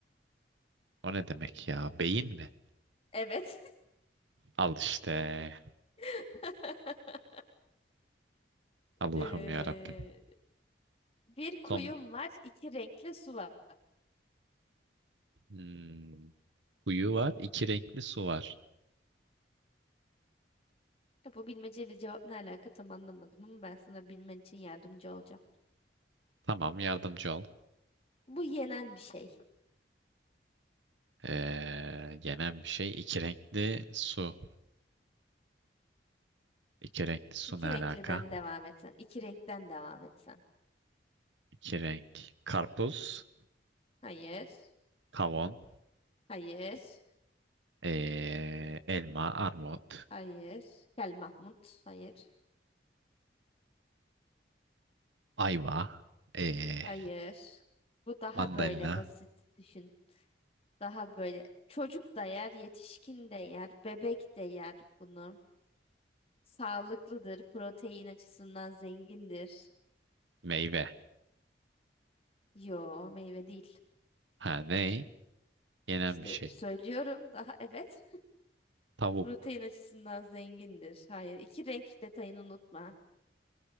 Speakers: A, on the right; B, on the left.
A: O ne demek ya? Beyin mi?
B: Evet.
A: Al işte.
B: <laughs>
A: Allah'ım
B: Ee,
A: ya Rabbim.
B: bir kuyum
A: Son
B: var, iki renkli su var.
A: hmm, kuyu var. İki renkli su var.
B: Ya bu bilmeceyle cevap ne alaka tam anlamadım ama ben sana bilmen için yardımcı olacağım.
A: Tamam yardımcı ol.
B: Bu yenen bir şey.
A: Ee, yenen bir şey iki renkli su. İki renkli su
B: İki
A: ne alaka?
B: renkliden devam etsen. iki renkten devam etsen.
A: İki renk karpuz,
B: Hayır.
A: kavun,
B: Hayır.
A: ee, elma, armut,
B: Hayır. Gel Mahmut. Hayır.
A: ayva, ee,
B: Hayır. Bu daha
A: mandalina,
B: böyle basit düşün. Daha böyle çocuk da yer, yetişkin de yer, bebek de yer bunu. Sağlıklıdır, protein açısından zengindir.
A: meyve.
B: Yo, meyve değil.
A: Ha ne? Yenen
B: İşte
A: bir şey.
B: söylüyorum daha evet. <laughs>
A: Tavuk.
B: Protein açısından zengindir. Hayır. iki renk detayını unutma.